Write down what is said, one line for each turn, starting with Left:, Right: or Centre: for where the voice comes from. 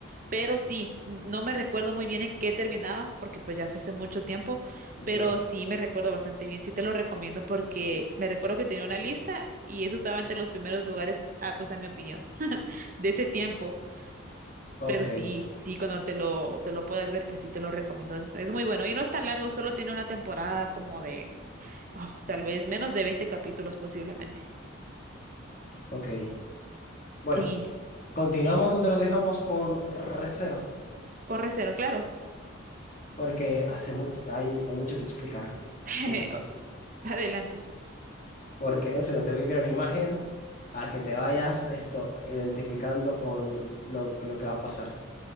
Right: Pero sí, n- no me recuerdo muy bien en qué terminaba, porque pues ya fue hace mucho tiempo,
Left: Ya.
Right: pero sí me recuerdo bastante bien. Sí te lo recomiendo porque me recuerdo que tenía una lista y eso estaba entre los primeros lugares, ah, pues a mi opinión, de ese tiempo.
Left: Ok,
Right: Pero sí, sí, cuando te lo, te lo puedas ver, pues sí te lo recomiendo. Es, es muy bueno. Y no es tan largo, solo tiene una temporada como de, uf, tal vez menos de veinte capítulos posiblemente.
Left: ok. Bueno,
Right: Sí,
Left: continuamos donde lo dejamos con Recero,
Right: corre cero, claro.
Left: porque hace mucho, hay, hay mucho que explicar,
Right: <laughs>
Left: mucho más.
Right: O-
Left: que-
Right: Adelante.
Left: Porque en segundo te voy a enviar una imagen a que te vayas esto identificando con lo, lo que va a pasar.